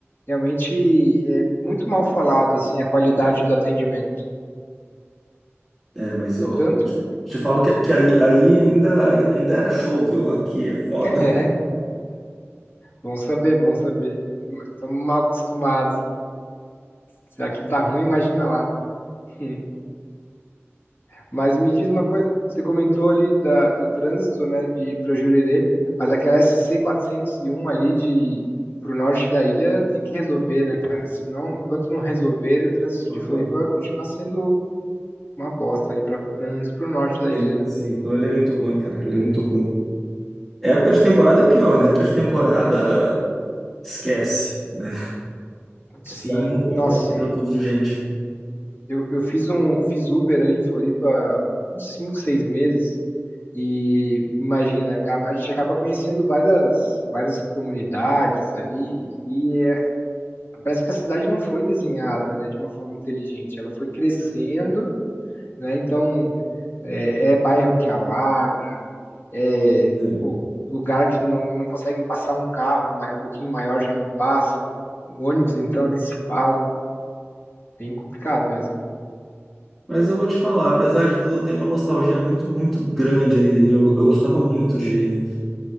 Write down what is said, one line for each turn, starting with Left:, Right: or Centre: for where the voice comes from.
Left: realmente é muito mal falado assim a qualidade do atendimento.
Centre: É, mas eu
Left: Tanto
Centre: te te falo que, que aí, aí ainda, ainda era show, viu? Aqui é foda.
Left: <laughs> é, bom saber, bom saber. Estamos mal acostumados. Se aqui tá ruim, imagina lá. Hum. Mas me diz uma coisa, você comentou ali da, do trânsito, né, de para Jurerê, mas aquela SC 401 ali de pro norte da ilha tem que resolver, né, cara? Senão, enquanto não resolver, o trânsito
Centre: <laughs>
Left: de Floripa vai continuar sendo uma bosta ali para pelo menos pro norte da
Centre: Eu,
Left: ilha, né?
Centre: assim, aquilo ali é muito ruim, cara. Aquilo ali é muito ruim. Época de temporada é pior, né? Época de temporada, esquece, né?
Left: Sim,
Centre: A cidade não comporta
Left: nossa,
Centre: aquilo tudo de gente.
Left: eu, eu fiz um fiz Uber ali em Floripa uns 5, 6 meses. E imagina, acaba- a gente acaba conhecendo várias, várias comunidades ali, e é parece que a cidade não foi desenhada, né, de uma forma inteligente. Ela foi crescendo, né? Então é, é bairro que alaga, é
Centre: Sim.
Left: pô, lugar que não, não consegue passar um carro mai- um pouquinho maior já não passa. O ônibus então nem se fala. Bem complicado mesmo.
Centre: Mas eu vou te falar, apesar de tudo, eu tenho uma nostalgia muito, muito grande aí. Eu, eu gostava muito de,